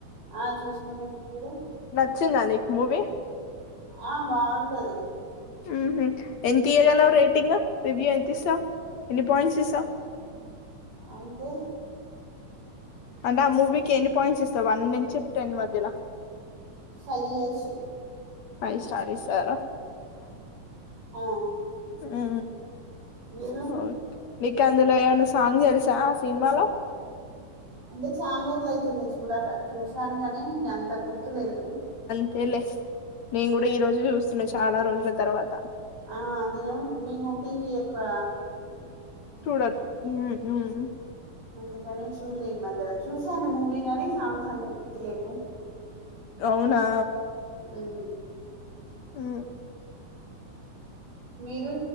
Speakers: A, on the right (about 75°); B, on the left (about 65°).
A: ఆ చూసినామండి మీరు
B: నచ్చిందా నీకు మూవీ
A: ఆ బాగుంటది.
B: ఉహు ఎంత ఇయగలవు రేటింగ్ రివ్యూ ఎంత ఇస్తావు, ఎన్ని పాయింట్స్ ఇస్తావు.
A: అంటే
B: అంటే ఆ మూవీకి ఎన్ని పాయింట్స్ ఇస్తాయి, వన్ నుంచి టెన్ మధ్యలో
A: ఫైవ్ ఇయచ్చు.
B: ఫైవ్ స్టార్ ఇస్తారా
A: ఆ
B: ఆ
A: మీరు
B: ఓకే నికాంద లో ఏమైన్నా సాంగ్ తెలుసా సినిమాలో
A: అంటే చాలా రోజులు అవుతుందియి చూడాక చూసాను గాని అంత గుర్తులేదు.
B: అంతెలే నేను కూడా ఈ రోజు చూస్తున్నా చాలా రోజుల తర్వాత.
A: ఆ నేను మేము టీవి ఎక్కువ
B: చూడరు ఊ హు హు
A: అందుకనేే చూలే ఈ మధ్యలో చూసాను మూవీ గానీ సాంగ్స్ అంత గుర్తులేవు
B: అవునా
A: అవు
B: ఆ
A: మీరు